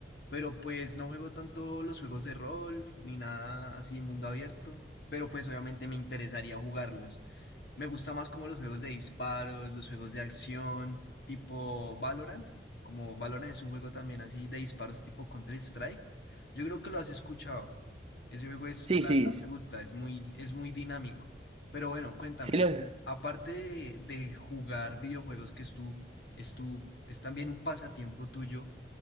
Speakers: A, on the left; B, on the right.
A: Pero pues no juego tanto los juegos de rol ni nada así mundo abierto. Pero pues obviamente me interesaría jugarlos. Me gusta más como los juegos de disparos, los juegos de acción, tipo Valorant. Como Valorant es un juego también así de disparos tipo Counter-Strike. Yo creo que lo has escuchado. Ese juego es,
B: sí,
A: la verdad
B: s-
A: me gusta, es muy, es muy dinámico. Pero bueno, cuéntame,
B: sí
A: o
B: los-
A: sea, aparte de, de jugar videojuegos, que es tu, es tu, es también un pasatiempo tuyo.